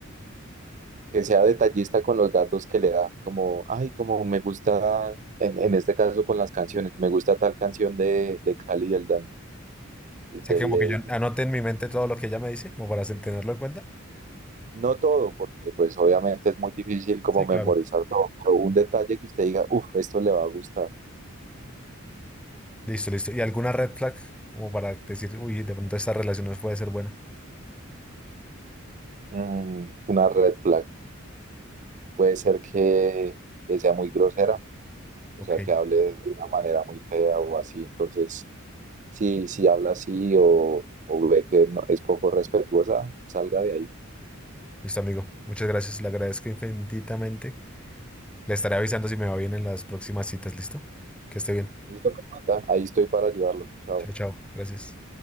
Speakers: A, on the right (about 35°); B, in the centre.
A: Que sea detallista con los datos que le da, como, ay, como me gusta, en, en este caso con las canciones, me gusta tal canción de, de Cali y el Dandy. Y Usted
B: sea, que
A: le
B: como que yo
A: dice,
B: anote en mi mente todo lo que ella me dice, como para tenerlo en cuenta.
A: no todo, porque pues obviamente es muy difícil como
B: Sí,
A: memorizar
B: claro.
A: todo, pero un detalle que usted diga, uff, esto le va a gustar,
B: Listo, listo. ¿Y alguna red flag? Como para decir, uy, de pronto esta relación no puede ser buena.
A: Mm, una red flag. puede ser que, que sea muy grosera, o
B: Ok.
A: sea, que hable de una manera muy fea o así. Entonces, si, si habla así o, o ve que no, es poco respetuosa, salga de ahí.
B: Listo, amigo. Muchas gracias. Le agradezco infinitamente. Le estaré avisando si me va bien en las próximas citas. ¿Listo? Que esté bien.
A: Listo, me manda. Ahí estoy para ayudarlo. Chao.
B: Chao, chao. Gracias.